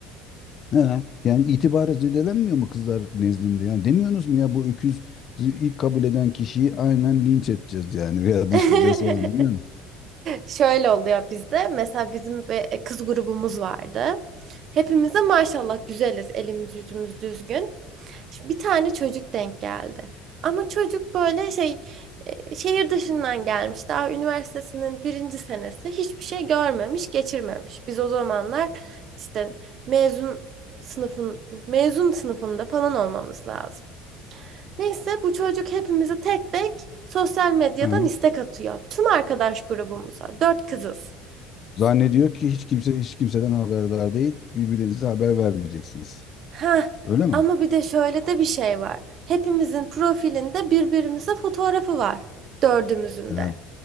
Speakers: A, on the left (about 45°); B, on the right (about 50°).
A: He, yani itibarı zedelenmiyor mu kızlar nezdinde? Yani demiyorsunuz mu ya bu öküz ilk kabul eden kişiyi aynen linç edeceğiz yani veya dışlayacağız
B: <laughs>
A: falan demiyor musun?
B: Şöyle oluyor bizde. Mesela bizim bir e, kız grubumuz vardı. Hepimiz de maşallah güzeliz. Elimiz yüzümüz düzgün. Şimdi bir tane çocuk denk geldi. Ama çocuk böyle şey e, şehir dışından gelmiş. Daha üniversitesinin birinci senesi hiçbir şey görmemiş, geçirmemiş. Biz o zamanlar işte mezun sınıfın mezun sınıfında falan olmamız lazım. Neyse bu çocuk hepimize tek tek sosyal medyadan
A: Hı.
B: istek atıyor. Tüm arkadaş grubumuza. Dört kızız.
A: Zannediyor ki hiç kimse hiç kimseden haberdar değil. Birbirinize haber vermeyeceksiniz.
B: Ha
A: Öyle mi?
B: ama bir de şöyle de bir şey var. Hepimizin profilinde birbirimize fotoğrafı var. Dördümüzün
A: He,
B: de.